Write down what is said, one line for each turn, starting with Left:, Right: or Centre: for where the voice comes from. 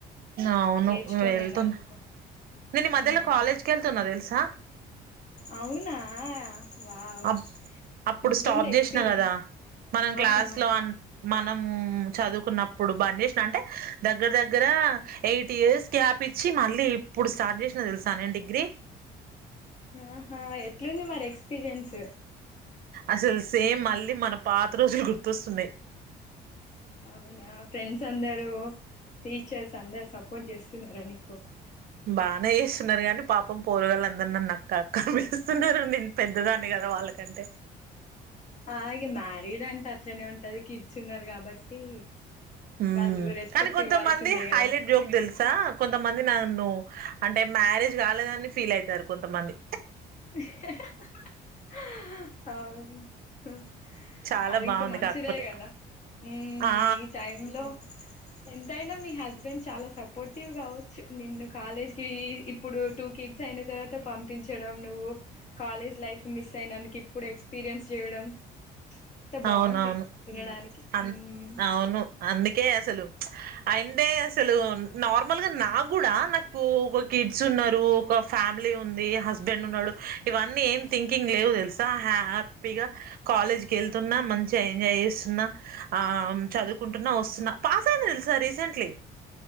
Right: అవును
Left: నేర్చుకొని
Right: వెళ్తున్నా
Left: ఉన్నందుకు
Right: నేను ఈ మధ్యలో
Left: మ్మ్
Right: కాలేజ్కి వెళ్తున్నా తెలుసా
Left: అవునా వావ్
Right: అప్ అప్పుడు
Left: ఎట్లుంది
Right: స్టాప్
Left: ఎక్స్పీరియన్స్
Right: చేసిన కదా మనం క్లాస్
Left: అవునవును
Right: లో అన్ మనం చదువుకున్నప్పుడు బంద్ చేసినా అంటే దగ్గర దగ్గర ఎయిట్ ఇయర్స్ గ్యాప్ ఇచ్చి మళ్ళీ ఇప్పుడు స్టార్ట్ చేసినా తెలుసా నేను డిగ్రీ
Left: ఆహా ఎట్లుంది మరి ఎక్స్పీరియన్స్
Right: అసలు సేమ్ మళ్ళీ మన పాత రోజులు గుర్తొస్తున్నాయి
Left: అవునా ఫ్రెండ్స్ అందరు, టీచర్స్ అందరు సపోర్ట్ చేస్తున్నారా నీకు
Right: బాగానే చేస్తున్నారు కానీ పాపం పోరుగాల అందరు నన్ను అక్క అక్క అని పిలుస్తున్నారు నేను పెద్దదాన్ని కదా వాళ్ళకంటే
Left: ఆ ఇక మ్యారీడ్ అంటే అట్లనే ఉంటాది కిడ్స్ ఉన్నారు కాబట్టి.
Right: హమ్
Left: వాళ్ళు రెస్పెక్ట్
Right: కానీ కొంతమంది
Left: ఇవ్వాల్సిందే
Right: హైలైట్
Left: కదా
Right: జోక్ తెలు స కొంతమంది నన్ను అంటే మ్యారేజ్ కాలేదని ఫీల్ అయితారు కొంతమంది.
Left: ఇహ్హ్ హ అవును ఉ
Right: చాలా
Left: అది
Right: బాగుంది
Left: ఇంకా మంచిదే
Right: కాకపోతే
Left: కదా హమ్
Right: ఆ
Left: ఈ టైమ్ లో ఎంతైనా మీ హస్బెండ్ చాలా సపోర్టివ్ కావచ్చు నిన్ను కాలేజ్ కి ఇప్పుడు టూ కిడ్స్ అయిన తర్వాత పంపించడం. నువ్వు కాలేజ్ లైఫ్ మిస్ అయినందుకు ఇప్పుడు ఎక్స్పీరియన్స్ చేయడం. అంత బాగుంది
Right: అవునవును
Left: వినడానికి
Right: అన్
Left: మ్మ్
Right: అవును అందుకే అసలు చ్ అయింటే అసలు నార్మల్ గా నాక్ కూడా నాకు ఒక కిడ్స్ ఉన్నారు. ఒక ఫ్యామిలీ ఉంది, హస్బెండ్ ఉన్నాడు. ఇవన్నీ ఏం థింకింగ్ లేవు తెలుసా హ్యాపీగా కాలేజ్కి వెళ్తున్నా, మంచిగా ఎంజాయ్ చేస్తున్నా. ఆమ్ చదువుకుంటున్నా వస్ న పాస్ అయింది తెలుసా రీసెంట్లీ